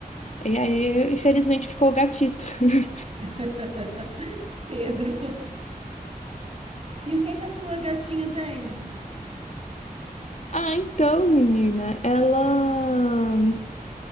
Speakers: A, on the left (about 55°); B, on the right (about 45°).
A: E aí, infelizmente, ficou gatito. <laughs>
B: <laughs> Pedro. E o que que a sua gatinha tem?
A: Ah, então, menina, ela.